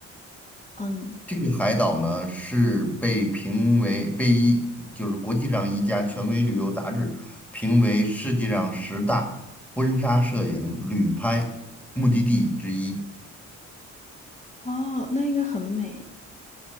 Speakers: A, on the left; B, in the centre.
A: 嗯，
B: 这个海岛呢是被评为被一就是国际上一家权威旅游杂志评为世界上十大婚纱摄影旅拍目的地之一。
A: 哦，那应该很美。